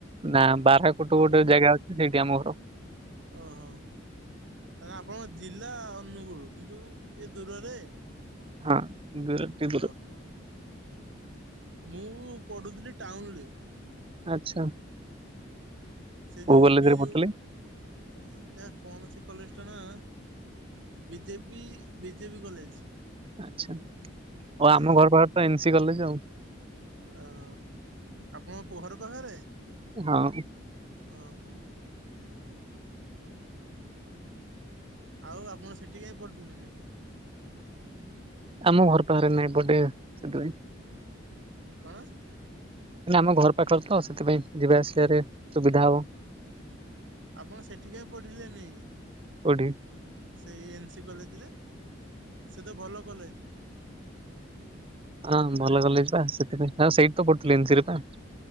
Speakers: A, on the right (about 30°); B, on the right (about 70°).
A: ନା ବାରାକୁଟୁ ଗୋଟେ
B: ଓହୋ
A: ଜାଗା ଅଛି ସେଇଠି ଆମ ଘର।
B: ଓହୋ ତାହାଲେ ଆପଣଙ୍କ ଜିଲ୍ଲା ଅନୁଗୁଳୁ କିନ୍ତୁ ଟିକେ ଦୂରରେ।
A: ହଁ ଦୂରରେ। ଟିକେ
B: ଓହୋ ମୁଁ ପଢୁଥିଲି ଟାଉନରେ।
A: ଆଚ୍ଛା।
B: ସେ
A: କୋଉ
B: ଯୋଉ
A: କଲେଜରେ
B: କି ଯୋଉ
A: ପଢୁଥିଲେ
B: ଏଇ ଯା କଣ ସେ କଲେଜଟା ନାଁ। B J P B J P college.
A: ଆଚ୍ଛା ଆଉ
B: ହଁ
A: ଆମ ଘର ପାଖରେ ତ ଏନ୍ ସି କଲେଜ ଆଉ।
B: ଓଃ ଆପଣଙ୍କ ପ ଘର ପାଖେରେ?
A: ହଁ।
B: ଓହୋ। ଓହୋ ଆଉ ଆପଣ ସେଇଠି କାଇଁ ପଢିଲେନି?
A: ଆମ ଘର ପାଖରେ ନାଇଁ ଏପଟେ ସେଥିପାଇଁ।
B: କଣ?
A: ନାଇଁ ଆମ ଘର ପାଖରେ ତ ସେଥିପାଇଁ ଯିବା ଆସିବାରେ ସୁବିଧା ହବ।
B: ଆପଣ ସେଠି କାଇଁ ପଢିଲେନି?
A: କୋଉଠି
B: ସେଇ ଏନ୍ ସି କଲେଜରେ ସେ ତ ଭଲ କଲେଜ।
A: ହଁ ଭଲ କଲେଜ ବା। ସେଥିପାଇଁ ଆଉ ସେଇଠି ତ ପଢ଼ୁଥିଲି ଏନ୍‌ ସିରେ ପା।